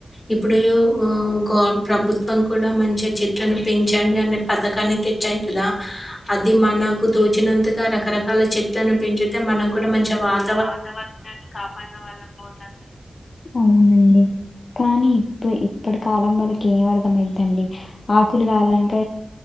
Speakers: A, on the left; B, on the left.
A: ఇప్పుడు గ ప్రభుత్వం కూడా మంచి చెట్లను పెంచండి అనే పథకాన్ని తెట్టాయి ా అది మనకు తోచినంతగా రకరకాల చెట్లను పెంచుతే మనం కూడా మంచిగా వా
B: వాతావరణాన్ని కాపాడన వాళ్ళ అవుతాం కదా అవునండి కానీ ఇప్పు ఇప్పటి కాలం వాళ్ళకి ఏం అర్థమయితుండి ఆకులు కాలక